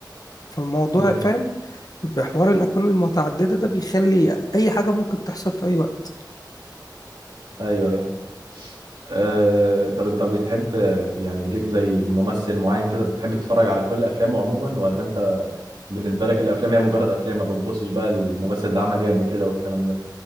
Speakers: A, on the left (about 55°); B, on the right (about 75°).
A: فالموضوع
B: ايه
A: فاهم يبقى حوار الأكوان المتعددة ده بيخلي أي حاجة ممكن تحصل في أي وقت
B: ايوه ايه أه طب انت بتحب يعني ليك زي ممثل معين كده بتحب تتفرج على كل افلامه عموما ولا انت بالنسبه لك الافلام هي مجرد افلام ما بتبصش بقى الممثل ده عمل ايه قبل كده والكلام ده